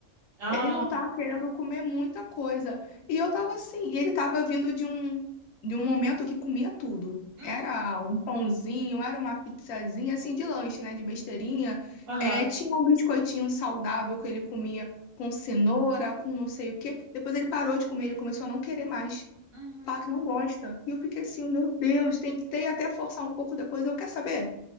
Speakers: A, on the right; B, on the left.
A: Ah,
B: Ele não tava querendo comer muita coisa. E eu tava assim, e ele tava vindo de um de um momento que comia tudo.
A: uhum,
B: Era um pãozinho, era uma pizzazinha, assim, de lanche, né? De besteirinha.
A: aham,
B: É, tinha um biscoitinho saudável que ele comia com cenoura, com não sei o quê. Depois ele parou de comer, ele começou a não querer mais.
A: uhum,
B: Falar que não gosta. E eu fiquei assim, oh, meu Deus, tentei até forçar um pouco depois. Eu quer saber?